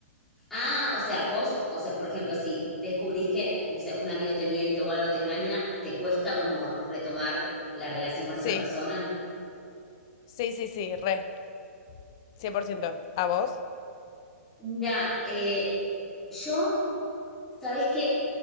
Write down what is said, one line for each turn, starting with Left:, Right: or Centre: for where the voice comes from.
Centre: Ah, o sea, vos, o sea, por ejemplo, si descubrís que, no sé, un amigo te miente o algo te engaña, ¿te cuesta como retomar la relación con
Left: Sí,
Centre: esa persona?
Left: sí, sí, sí, re. Cien por ciento.
Centre: Mm.
Left: ¿A vos?
Centre: Mira, eh, yo, sabes que